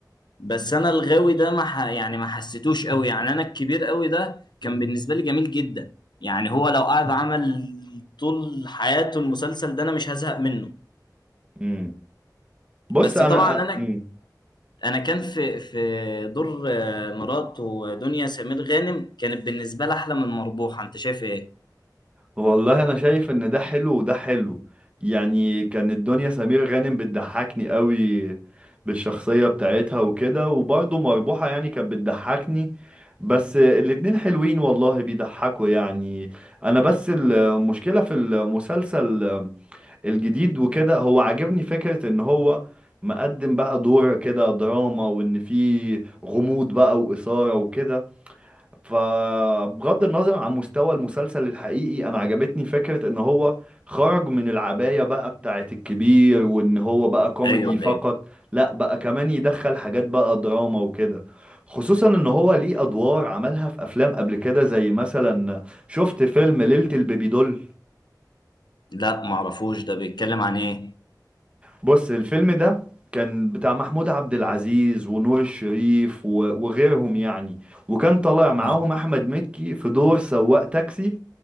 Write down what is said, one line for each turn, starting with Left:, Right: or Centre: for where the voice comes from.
Left: بس انا الغاوي ده ما ح... يعني ما حسيتوش قوي يعني انا الكبير قوي ده كان بالنسبه لي جميل جدا يعني هو لو قعد عمل طول حياته المسلسل ده انا مش هزهق منه
Right: امم بص
Left: بس
Right: انا
Left: طبعا انا
Right: امم
Left: انا كان في في دور آه، مراته دنيا سمير غانم كانت بالنسبه لي احلى من مربوحه انت شايف ايه
Right: والله انا شايف ان ده حلو وده حلو يعني كان الدنيا سمير غانم بتضحكني قوي بالشخصية بتاعتها وكده وبرضه مربوحة يعني كانت بتضحكني بس الاتنين حلوين والله بيضحكوا يعني انا بس المشكلة في المسلسل الجديد وكده هو عاجبني فكرة ان هو مقدم بقى دور كده دراما وان فيه غموض بقى وإثارة وكده فبغض النظر عن مستوى المسلسل الحقيقي انا عجبتني فكرة ان هو خرج من العباية بقى بتاعت الكبير وان هو بقى كوميدي
Left: ايوه
Right: فقط
Left: ايوه
Right: لا بقى كمان يدخل حاجات بقى دراما وكده خصوصا ان هو ليه ادوار عملها في افلام قبل كده زي مثلا شفت فيلم ليلة البيبي دول
Left: لا ما اعرفوش ده بيتكلم عن ايه
Right: بص الفيلم ده كان بتاع محمود عبد العزيز ونور الشريف و- وغيرهم يعني وكان طالع معاهم
Left: آه،
Right: احمد مكي في دور سواق تاكسي